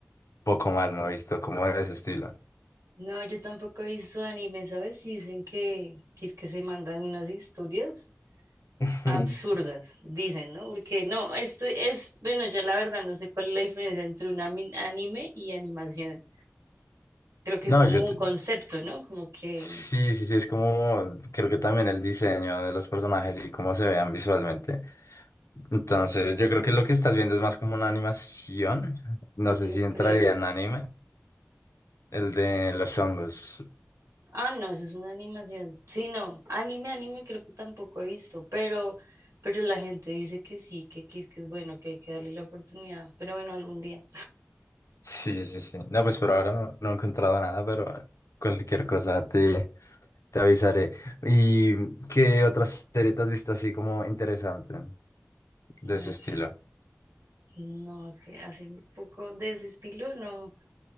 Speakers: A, on the left (about 80°); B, on the right (about 75°).
A: poco más no he visto como de ese estilo.
B: No, yo tampoco he visto anime, ¿sabes? Y Dicen que, que es que se mandan unas historias
A: <laughs>
B: absurdas,
A: Ujú.
B: dicen, ¿no? Porque no, esto es, bueno, ya la verdad no sé cuál es la diferencia entre un ami- anime y animación. Creo que
A: No,
B: es como
A: yo te-
B: un concepto, ¿no? Como que
A: sí, sí, sí, es como, creo que también el diseño de los personajes y cómo se vean visualmente. Entonces, yo creo que lo que estás viendo es más como una animación. No sé
B: yo
A: si entraría
B: creo.
A: en anime, el de los hongos.
B: Ah, no, eso es una animación. Sí, no, anime, anime creo que tampoco he visto, pero, pero la gente dice que sí, que, que es que es bueno, que hay que darle la oportunidad, pero bueno, algún día.
A: Sí, sí, sí. No, pues por ahora no, no he encontrado nada, pero cualquier cosa te, te avisaré. ¿Y qué otras series te has visto así como interesante de
B: Mm,
A: ese estilo?
B: No, es que hace un poco de ese estilo, no,